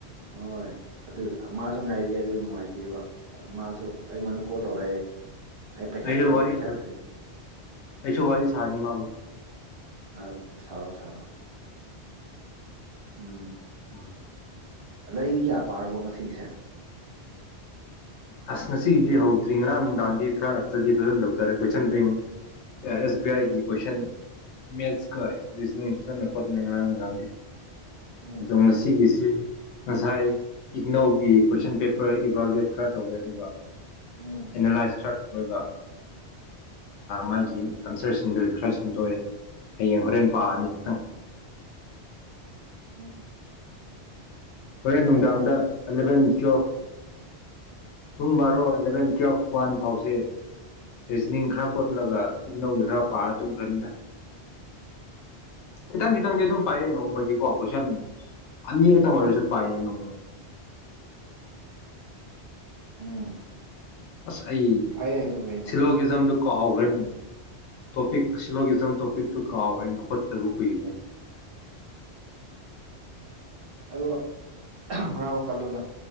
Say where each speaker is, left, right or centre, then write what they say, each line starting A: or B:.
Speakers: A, on the right; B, on the left.
A: ꯍꯣꯏ ꯑꯗꯨ ꯃꯥꯁꯨ ꯉꯥꯏꯔꯤ ꯑꯗꯨ ꯅꯨꯡꯉꯥꯏꯇꯦꯕ ꯃꯥꯁꯨ ꯑꯩꯉꯣꯟꯗ ꯀꯣꯜ ꯇꯧꯔꯛꯑꯦ ꯑꯩ ꯄꯥꯏꯈꯠ
B: ꯑꯩꯁꯨ
A: ꯑꯩ
B: ꯋꯥꯔꯤ
A: ꯄꯥꯏꯈꯠꯇ꯭ꯔꯤ
B: ꯁꯥ ꯑꯩꯁꯨ ꯋꯥꯔꯤ ꯁꯥꯅꯤ ꯃꯃꯣ
A: ꯑ ꯁꯔꯣ ꯁꯔꯣ ꯎꯝ
B: ꯎꯝ
A: ꯂꯥꯏꯔꯤꯛꯗꯤ ꯀꯌꯥ ꯄꯥꯔꯕꯣ ꯉꯁꯤꯒꯤꯁꯦ
B: ꯑꯁ ꯉꯁꯤꯒꯤꯗꯤ ꯍꯧꯗ꯭ꯔꯤ ꯉꯔꯥꯡ ꯅꯨꯡꯗꯥꯜꯗꯤ ꯈꯔ ꯍꯛꯇꯗꯤ ꯐꯖꯅ ꯇꯧ ꯇꯔꯦ ꯀꯣꯏꯁꯟ ꯕꯦꯡ ꯑꯦꯁ ꯕꯤ ꯑꯥꯏꯒꯤ ꯀꯣꯏꯁꯟ ꯃꯦꯠꯁꯀ ꯔꯤꯖꯅꯤꯡ ꯐꯖꯅ ꯈꯣꯠꯂꯦ ꯉꯔꯥꯡ ꯅꯨꯡꯗꯥꯜꯗꯤ
A: ꯎꯝ
B: ꯗꯉꯁꯤꯒꯤꯁꯤ ꯉꯁꯥꯏ ꯏꯛꯅꯧꯒꯤ ꯀꯣꯏꯁꯟ ꯄꯦꯄꯔ ꯏꯕꯥꯜꯦꯠ ꯈꯔ ꯇꯧꯋꯦ ꯑꯗꯨꯒ
A: ꯎꯝ
B: ꯑꯦꯅꯥꯂꯥꯏꯁ ꯈꯔ ꯇꯧꯔꯒ ꯃꯥꯒꯤ ꯑꯟꯁꯔꯁꯤꯡꯗꯨ ꯈꯔ ꯁꯦꯝꯨꯝꯗꯣꯛꯑꯦ ꯍꯌꯦꯡ ꯍꯣꯔꯦꯟ ꯄꯥꯑꯅꯤ ꯈꯤꯇꯪ
A: ꯎꯝ
B: ꯍꯣꯔꯦꯟ ꯅꯨꯡꯗꯥꯡꯗ
A: ꯌꯥꯏ
B: ꯑꯦꯂꯚꯦꯟ ꯇꯨꯋꯦꯜꯐ ꯄꯨꯡ ꯄꯨꯡ ꯕꯥꯔꯣ ꯑꯦꯂꯚꯦꯟ ꯇꯨꯋꯦꯜꯐ ꯋꯥꯟ ꯐꯥꯎꯁꯦ ꯔꯤꯖꯅꯤꯡ ꯈꯔ ꯈꯣꯠꯂꯒ ꯏꯅꯧꯒꯤ ꯈꯔ ꯄꯥꯔ ꯇꯨꯝꯈ꯭ꯔꯅꯤꯗ ꯈꯤꯇꯪ ꯈꯤꯇꯪꯗꯤ ꯑꯗꯨꯝ ꯄꯥꯏꯌꯦ ꯅꯣꯡꯃꯒꯤꯀꯣ ꯀꯣꯏꯁꯟꯅ ꯑꯅꯤ ꯈꯛꯇꯪ ꯑꯣꯏꯔꯁꯨ ꯄꯥꯏꯌꯦ ꯅꯣꯡꯃꯒꯤ
A: ꯎꯝ
B: ꯑꯁ ꯑꯩ
A: ꯐꯩꯌꯦ ꯑꯗꯨ ꯀꯩꯅꯣ
B: ꯁꯤꯂꯣꯒꯤꯖꯝꯗꯨ ꯀꯥꯎꯈ꯭ꯔꯦ ꯇꯣꯄꯤꯛ ꯁꯤꯂꯣꯒꯤꯖꯝ ꯇꯣꯄꯤꯛꯇꯨ ꯀꯥꯎꯈ꯭ꯔꯦꯅ ꯈꯣꯠꯇꯕ ꯀꯨꯏꯈ꯭ꯔꯦꯅꯤ
A: ꯑꯗꯣ ꯍꯣꯠꯅꯕ ꯀꯜꯂꯨꯅ